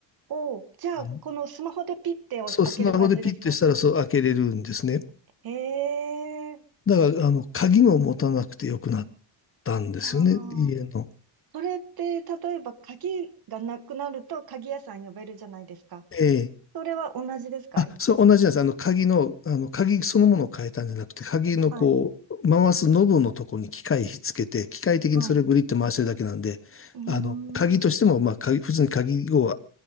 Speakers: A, on the right (about 55°); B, on the left (about 30°).
A: おう。じゃあ、
B: あの、
A: このスマホでピッて開ける感じですか
B: そう、スマホでピッてしたら、そう、開けれるんですね。
A: へえ。
B: だから、あの、鍵も持たなくてよくなったんですよね、
A: あ
B: 家の。
A: あ。それって、例えば鍵がなくなると鍵屋さん呼べるじゃないですか。
B: ええ
A: それは同じですか
B: あ、そう、同じなんです。あの、鍵の、あの、鍵そのものを変えたんじゃなくて、鍵のこう、
A: はい。
B: 回すノブのとこに機械ひっつけて、機械的にそれをグリッと回してるだけなんで、
A: はい。うー
B: あの、鍵としても、
A: ん。
B: まあ、鍵、普通に鍵を、